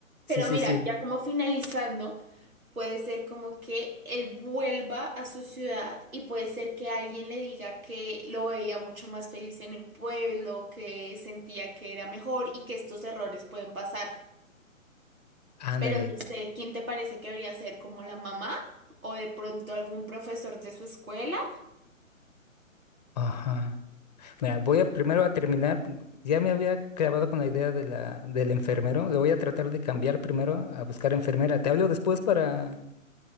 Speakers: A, on the right; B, on the left.
A: Pero
B: Sí, sí,
A: mira,
B: sí.
A: ya como finalizando. Puede ser como que él vuelva a su ciudad y puede ser que alguien le diga que lo veía mucho más feliz en el pueblo, que sentía que era mejor y que estos errores pueden pasar.
B: Ándale.
A: Pero no sé, ¿quién te parece que debería ser como la mamá o de pronto algún profesor de su escuela?
B: Ajá. Mira, voy
A: Y-
B: a primero a terminar. Ya me había clavado con la idea de la, del enfermero. Lo voy a tratar de cambiar primero a buscar enfermera. Te hablo después para,